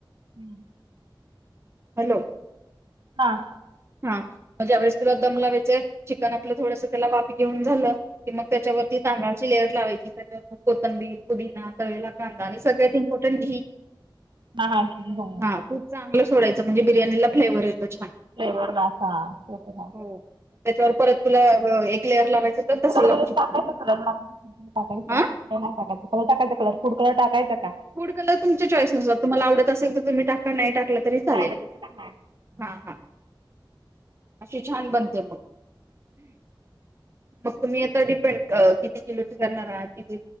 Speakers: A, on the right (about 70°); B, on the right (about 30°).
A: हं...
B: हॅलो.
A: हां.
B: हा मग ज्यावेळेस तुला दम लावायचं हाय, चिकन आपलं थोडंसं त्याला वाफ घेऊन झालं कि मग त्याच्यावरती तांदळाची लेअर लावायची, त्याच्यावर मग कोथंबीर, पुदिना, तळलेला कांदा, कांदा आणि सगळ्यात इम्पॉर्टंट घी.
A: हा, हां, तूप हो.
B: हा तूप चांगलं सोडायचं म्हणजे बिर्याणीला फ्लेवरर येतो छान.
A: फ्लेवर ना, हा ते तर आहे.
B: हो त्याच्यावर परत तुला एक लेअर लावायचं, तर तसं
A: कलर
B: लावू
A: वगैरे
B: शकते
A: टाकायचा
B: मग.
A: कलर <unintelligible> टाकायचा.
B: हा
A: ते नाही टाकायचा, कलर टाकायचा, कलर फूड कलर टाकायंचा का?
B: फूड कलर तुमच्या चॉईस नुसार, तुम्हांला आवडत असेल तर तुम्ही टाका, नाही टाकला तरी
A: नाही
B: चालेल.
A: टाकायचा तर नाही टाकायचा.
B: हा, हा.... अशी छान बनते मग. तुम्हीं आता डिपेंड किती किलोची करणार आहात किती?